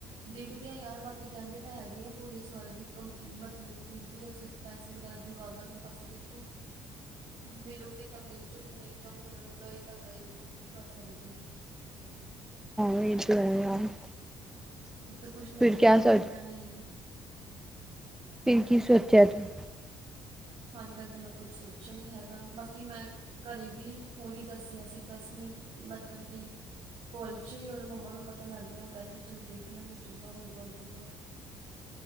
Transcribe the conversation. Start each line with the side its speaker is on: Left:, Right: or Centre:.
Right: ਦੇਖਦੇ ਹਾਂ ਯਾਰ ਬਾਕੀ ਕਹਿੰਦੇ ਤਾਂ ਹੈਗੇ ਆ। ਪੁਲਿਸ ਵਾਲੇ ਵੀ ਕੰਪ ਮਤਲਬ ਕਿ ਵੀ ਅਸੀਂ ਪੈਸੇ ਵਗੈਰਾ ਦਿਲਵਾ ਦਾਂਗੇ। ਬਾਕੀ ਦੇਖੋ, ਮਿਲੋਗੇ। ਤਾਂ ਮਿਲਜੂਗੀ ਨਹੀਂ ਤਾਂ ਹੁਣ ਗਏ ਤਾਂ ਗਏ, ਹੋਰ ਕੀ ਕਰ ਸਕਦੇ ਆ।
Centre: <unintelligible>
Right: ਅਬ ਤਾਂ ਕੁਛ ਨਾ
Centre: ਫਿਰ
Right: ਕੁਛ ਤਾਂ
Centre: ਕਿਆ
Right: ਕਰਨਾ
Centre: ਸੋਚ
Right: ਪੈਣਾ ਹੀ ਹੈ।
Centre: ਫਿਰ ਕੀ ਸੋਚਿਆ ਤੂੰ?
Right: ਹਜੇ ਤੱਕ ਤਾਂ ਮੈਂ ਕੁਛ ਸੋਚਿਆ ਨਹੀਂ ਹੈਗਾ। ਬਾਕੀ ਮੈਂ ਘਰੇ ਵੀ ਹੁਣੇ ਦੱਸਿਆ ਸੀ। ਦਸ ਮਿੰਟ ਮਤਲਬ ਕਿ ਕੋਲ ਚ ਹੀ ਉਹਨੇ ਮੰਮਾ ਨੂੰ ਪਤਾ ਲੱਗ ਗਿਆ। ਉਹ ਕਹਿੰਦੇ ਚੱਲ ਦੇਖ ਲਾਂਗੇ, ਜਿੱਦਾਂ ਹੋਏਗਾ, ਹੋਜੂਗਾ।